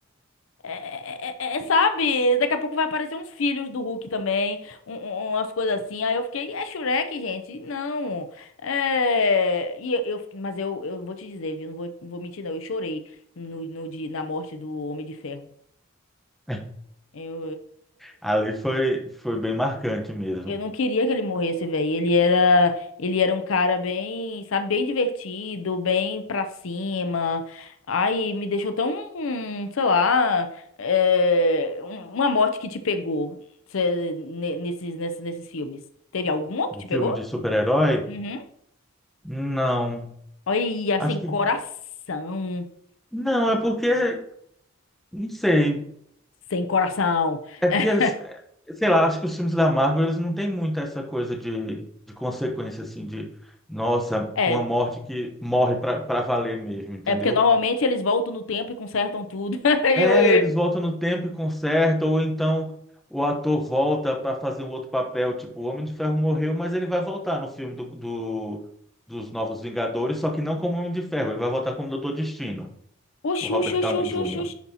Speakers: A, on the left; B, in the centre.
A: É, é, é, é, é, sabe, daqui a pouco vai aparecer uns filhos do Hulk também, um, um- um, umas coisas assim. Aí eu fiquei, é Shrek, gente? Não. É, e eu, eu fiquei- mas eu, eu vou te dizer, viu? Não vou, não vou mentir, não. Eu chorei no, no, dia- na morte do Homem de Ferro.
B: <laughs>
A: Eu,
B: Ali foi, foi bem marcante mesmo.
A: Eu não queria que ele morresse, velho. Ele era, ele era um cara bem, sabe, bem divertido, bem pra cima. Ai, me deixou tão, sei lá, é, um- uma morte que te pegou cê- ne- nesses, nesses, nesses filmes. Teve alguma que
B: De
A: te
B: filme
A: pegou?
B: de super-herói?
A: Uhum.
B: Não.
A: Olha,
B: Acho
A: sem coração.
B: que. Não, é porque. Não sei.
A: Sem coração.
B: É porque,
A: <laughs>
B: é, sei lá, acho que os filmes da Marvel eles não têm muito essa coisa de, de consequência, assim, de. Nossa,
A: É,
B: uma morte que morre pra, pra valer mesmo, entendeu?
A: é porque normalmente eles voltam no tempo e consertam tudo. <laughs> Aí
B: É,
A: eu-
B: eles voltam no tempo e consertam, ou então o ator volta para fazer um outro papel, tipo, o Homem de Ferro morreu, mas ele vai voltar no filme do, do- dos Novos Vingadores, só que não como Homem de Ferro, ele vai voltar como Doutor Destino,
A: Oxi,
B: o Robert
A: oxi,
B: Downey
A: oxi, oxi,
B: Jr.
A: oxi,